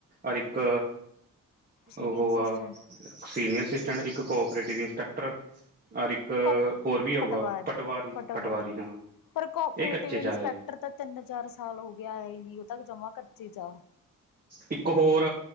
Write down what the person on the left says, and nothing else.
ਸੀਨੀਅਰ
ਅਸਿਸਟੈਂਟ
ਕੋ
ਪਟਵਾਰੀ
ਪਟਵਾਰੀ
ਪਰ ਕੋਪਰੇਟਿਵ
ਇੰਸਪੈਕਟਰ
ਤਾਂ ਤੇੱਨ-ਚਾਰ ਸਾਲ਼ ਹੋ ਗੇਆ ਆਯਾ ਈ ਨੀ ਓ ਤਾ ਜਮਾ ਕੱਚੇ ਆ